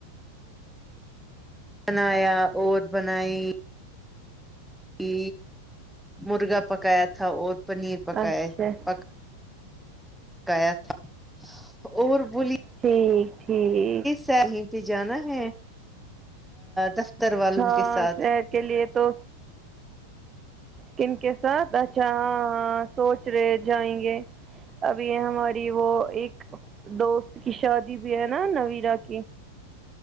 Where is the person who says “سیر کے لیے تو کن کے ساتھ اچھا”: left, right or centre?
Right